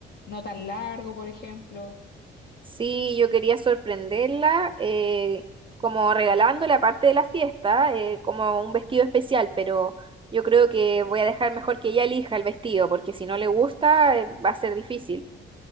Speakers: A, on the left; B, on the right.
A: no tan largo, por ejemplo.
B: Sí, yo quería sorprenderla eh, como regalándole aparte de la fiesta, eh, como un vestido especial, pero yo creo que voy a dejar mejor que ella elija el vestido, porque si no le gusta, eh, va a ser difícil.